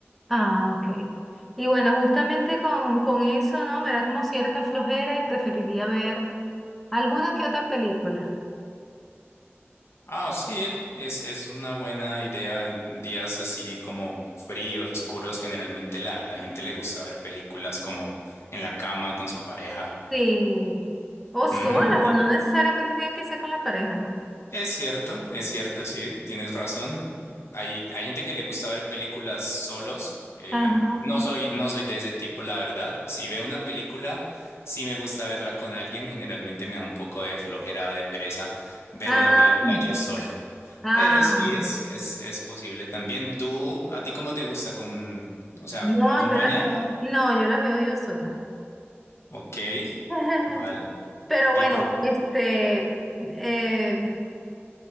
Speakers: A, in the centre; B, on the left.
A: Ah, ok. Y bueno, justamente con, con eso, ¿no? Me da como cierta flojera y preferiría ver alguna que otra película.
B: Ah, sí, es, es una buena idea. En días así como fríos, oscuros, generalmente la, la gente le gusta ver películas como en la cama con su pareja.
A: Sí. O sola,
B: Ujú, y
A: o no necesariamente tiene que ser con la pareja, ¿no?
B: Es cierto, es cierto, sí, tienes razón. Hay, hay gente que le gusta ver películas solos. eh,
A: Ajá.
B: no soy, no soy de ese tipo, la verdad. Si veo una película, sí me gusta verla con alguien. Generalmente me da un poco de flojera, de pereza ver
A: Ah,
B: una película yo solo.
A: ah,
B: Pero sí, es,
A: ok.
B: es, es posible también. ¿Tú, a ti cómo te gusta con, o sea,
A: No,
B: acompañada?
A: yo las, no, yo las veo yo sola.
B: Ok,
A: <laughs>
B: vale.
A: Pero
B: ¿Y
A: bueno,
B: por,
A: este, eh,